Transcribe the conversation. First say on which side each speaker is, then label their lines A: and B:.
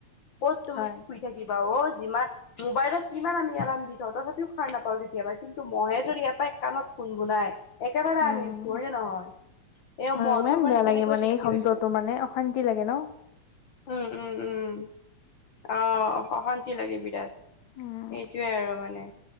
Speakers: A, on the left; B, on the left.
A: ক'ত তুমি
B: হয়
A: শুই থাকিবা অ যিমান মোবাইলত যিমান আমি এলাৰ্ম দি থওঁ তথাপিও সাৰ নাপাওঁ কেতিয়াবা কি ন্তু মহে যদি এটাই কাণত কুনকুনাই একেবাৰে
B: উম
A: আমি উঠো, হয় নে নহয়? এ
B: হয়
A: মহতুৰ
B: ইমান
A: মানে
B: বেয়া
A: তেনেকৈ
B: লাগে
A: সৃষ্টি
B: এই শব্দটো
A: হয় হৈছে।
B: মানে অশান্তি লাগে ন
A: উম উম উম অ সশান্তি লাগে বিৰাট। সেইটোৱে
B: উম
A: আৰু মানে